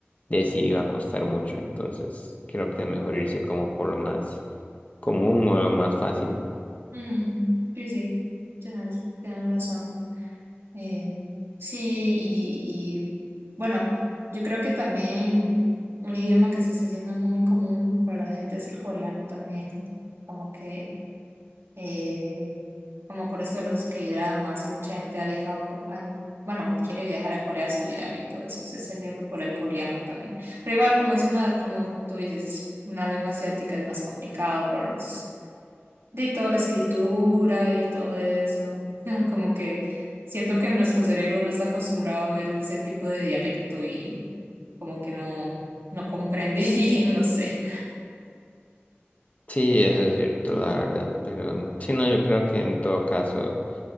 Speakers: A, on the left; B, on the right.
A: de sí va a costar mucho. Entonces, creo que es mejor irse como por lo más común o lo más fácil.
B: mm. Sí, sí, tienes, tienes razón. Eh, sí, y, y, bueno, yo creo que también un idioma que se está haciendo muy común para la gente es el coreano también, como que eh, como por esto de los K-dramas y mucha gente ha viajado, a- bueno, quiere viajar a Corea a estudiar y todo eso, se está yendo por el coreano también. Pero igual como es una, como tú dices, es una lengua asiática es más complicado por los, de toda la escritura y todo eso, <laughs> como que siento que nuestro cerebro no está acostumbrado a ver ese tipo de dialecto y como que no, no comprende <laughs> y no sé.
A: Sí, eso es cierto, la verdad, pero sí, no, yo creo que en todo caso